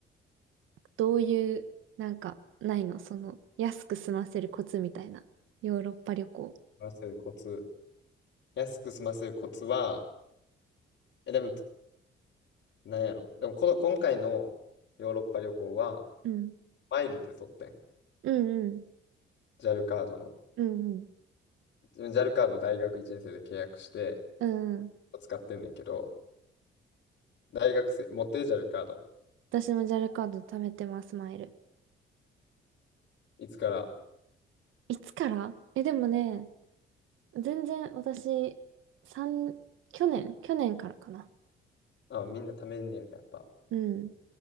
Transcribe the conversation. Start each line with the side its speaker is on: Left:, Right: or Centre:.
Right: どういう、なんか、ないのその、安く済ませるコツみたいな。ヨーロッパ旅行。
Left: 済ませるコツ。安く済ませるコツは、え、でも、なんやろ。でもこの、今回のヨーロッパ旅行は、
Right: うん。
Left: マイルで取ってん。
Right: うんうん。
Left: JAL カードの。
Right: うんうん。
Left: JAL カードを大学1年生で契約して、
Right: うんうん。
Left: 使ってんねんけど、大学生、持ってる JAL カード、
Right: 私もジャルカード貯めてます、マイル。
Left: いつから
Right: いつからえ、でもね、全然私、三去年去年からかな。
Left: あ、みんな貯めんねや、やっぱ。やっ
Right: うん。